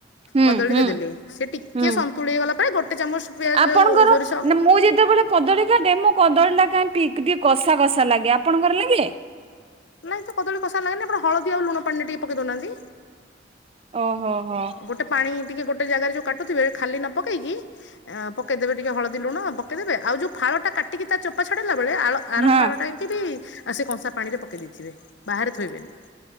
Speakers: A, on the right; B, on the left.
A: ହୁଁ
B: କଦଳୀ
A: ହୁଁ
B: ଦେଇଦେଲେ। ସେ ଟିକେ
A: ହୁଁ
B: ସନ୍ତୁଳି ହେଇ ଗଲା ପରେ, ଗୋଟେ ଚାମଚ ପିଆଜ,
A: ଆପଣଙ୍କର
B: ସୋରିଷ
A: ନା ମୁଁ ଯେତେବେଳେ କଦଳୀ କାଟେ। ମୋ କଦଳୀ ଟା କାଁ ଟିକେ କଷା, କଷା ଲାଗେ। ଆପଣଙ୍କର ଲାଗେ?
B: ନାଇଁ ତ କଦଳ କଷାର ଲାଗେି ଆପଣ ହଳଦୀ ଆଉ ଲୁଣ ପାଣି ଟିକେ ପକେଇ ଦଉନାହାନ୍ତି।
A: ଓହୋ ହୋ।
B: ଗୋଟେ ପାଣି ଟିକେ ଗୋଟେ ଜାଗାରେ ଯୋଉ କାୁଥେ ଖାଲି ନ ପକେଇକି। ଁ ପକେଇଦବେ ଟିକେ ହଳଦୀ ଲୁଣ ପକେଇଦେବେ। ଆଉ ଫଳ ଟା ଟିକି ତା ଚୋପା ଛଡ଼ାଇଲା ବେଳେ ଆର
A: ହଁ
B: ଫାଳଟା। ବି ଆଉ ସେ କଂସା ପାଣି ରେ ପକେଇ ଦେଇଥିବେ। ବାହାରେ ଥୋଇବେନି।